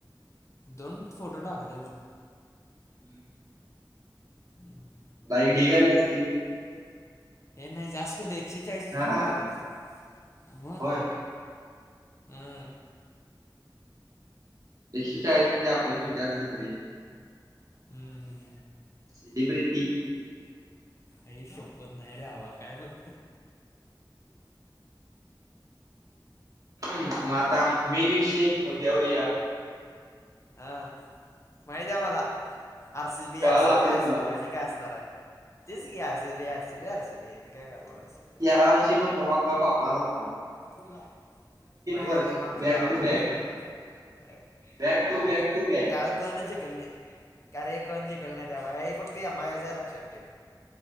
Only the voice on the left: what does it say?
दोन फोटो टाकलेलो.
हम्म,
हे नाही जास्त कुठे एकशे चाळीसच
फक्त
लायक आलती. मग
हम्,
हम्म हम्,
आई शपथ नाही रे अवा काय पण
हा माहिती आहे मला. आर सी बी,
आर सी
बी, आर
सी बी आणि काय असणार आहे. तेच कि, R C B, R C B, R C B आणि काय करणार आहेस.
फोन लाव. भैया
गीमागचं
दावर
जरा
तिला एकल ठेव.
आई
त्या कोनाचल कल नाही. कारे कोण जिंकल नारे भाई फक्त या माझ्याच आहे लक्षात ठेव.